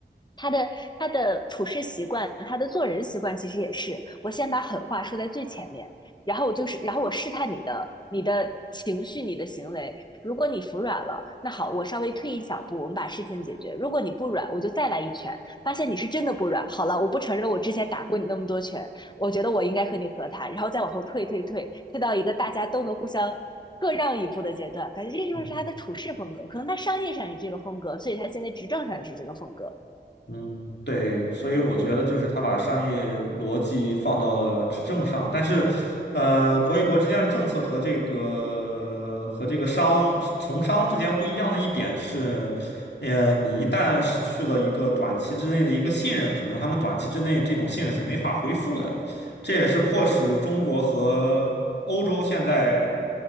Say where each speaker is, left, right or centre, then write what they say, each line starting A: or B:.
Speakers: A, on the left; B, on the left.
A: 他的他的处事习惯，他的做人习惯，其实也是，我先把狠话说在最前面，然后我就是，然后我试探你的你的情绪、你的行为。如果你服软了，那好，我稍微退一小步，我们把事情解决。如果你不软，我就再来一拳，发现你是真的不软。好了，我不承认我之前打过你那么多拳，我觉得我应该和你和谈，然后再往后退退退，退到一个大家都能互相。各让一步的阶段，感觉这就是他的处事风格，
B: 嗯。
A: 可能他商业上也是这个风格，所以他现在执政上也是这个风格。
B: 嗯，对，所以我觉得就是他把商业逻辑放到了执政上，但是，呃，国与国之间的政策和这个和这个商从商之间不一样的一点是，呃，你一旦失去了一个短期之内的一个信任，可能他们短期之内这种信任是没法恢复的，这也是迫使中国和欧洲现在